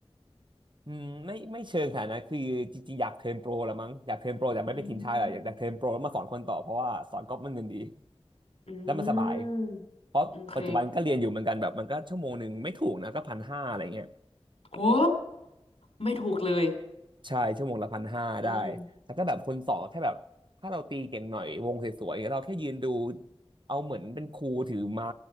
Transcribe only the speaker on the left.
อืมอืม
โอเคโอ้ไม่ถูกเลย
อืม